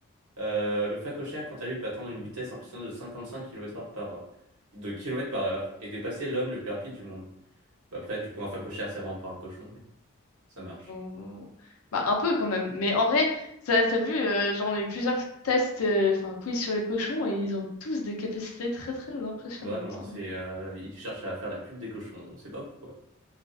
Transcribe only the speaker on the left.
On- Bah, un peu quand même. Mais en vrai, ça, ça a vu, euh, j'en ai eu plusieurs tests, euh, enfin, quiz sur les cochons, et ils ont tous des capacités très, très impressionnantes.
hein.